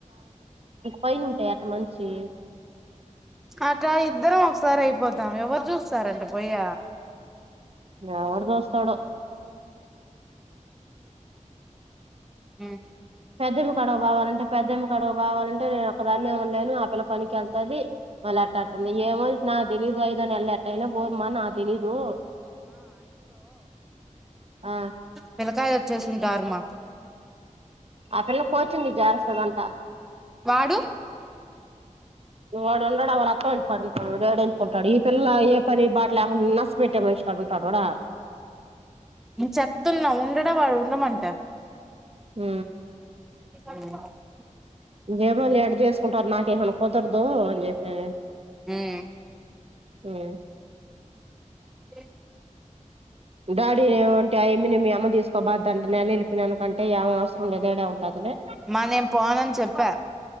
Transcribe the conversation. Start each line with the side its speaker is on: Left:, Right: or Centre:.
Right: పైన ఉంటే అట్ట మనిషి
Centre: ఆ ట్రై ఇద్దరం ఒకసారి అయిపోతాం ఎవరు చూస్తారంట పోయ్య
Right: ఎవరు జూస్తాడో
Centre: ఊ
Right: పెద్దమ్మి కాడకు బోవాలంటే పెద్దమ్మి కాడకు బోవాలంటే నేను ఒక్కదాన్నే ఉండలేను ఆ పిల్ల పనికి వెళ్తాది మళ్ళీ అట్ట మి ఏమో నాకు తెలీదు ఐదో నెలలో ఎట్టైనా పోమ్మా నాకు తెలీదు ఆ
Centre: పిలకాయలు వచ్చేసింటారు మా
Right: ఆ పిల్ల కోచింగు జారస్తదంట
Centre: వాడు
Right: ఓడుండడు వాళ్ళ అత్తోళ్ళింటికాడ ఉంటాడు <inaudible> ఎందుకుంటాడు ఈ పిల్ల ఏ పని బాట లేకుంట నసపెట్టే మనిషికాడుంటాడోడా
Centre: నేను చెప్తున్నా ఉండడా వాడు ఉండమంటే
Right: ఊ
Centre: ఊ
Right: ఏమో లే ఎట్ట చేసుకుంటారు నాకే <inaudible> కుదరదు అని చెప్పినా
Centre: ఉమ్
Right: నేను ఊ
Centre: తే
Right: ఉగాడి ఏమని మీ అమ్మ తీసుకోబాద్దంటే నేను వెళ్ళపోనానుకంటే ఏమవసరం లేదు ఈడే ఉంటాదిలే
Centre: మా నేను పోనని చెప్పా